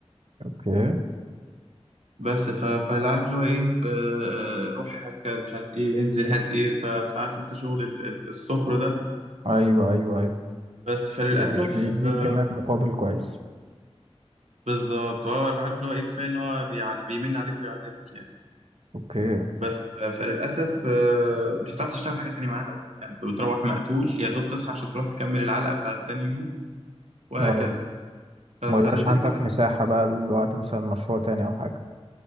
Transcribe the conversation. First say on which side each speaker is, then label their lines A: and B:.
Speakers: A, on the right; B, on the right.
A: اوكي
B: بس ف... فاللي عارف اللي هو ايه آه... آه، روح هات كده مش عارف ايه انزل هات ايه ف... فعارف انت شغل ال- ال- السخر ده
A: ايوه ايوه
B: بس فللأسف
A: ومش بيديك
B: آه...
A: كمان مقابل كويس
B: بالظبط اه اللي عارف اللي هو ايه كفاية ان هو بيعل... بيمن عليك ويعلمك يعني
A: اوكي
B: بس ف... فللأسف آه... مش هتعرف تشتغل حاجة تانية معاها بقى يعني انت بتروح مقتول يا دوب تصحى عشان تروح تكمل العلقة بتاعت تاني يوم وهكذا
A: اه
B: ف... فلازلت
A: ما يبقاش عندك
B: بقى
A: مساحة بقى لوقت مثلا مشروع تاني او حاجة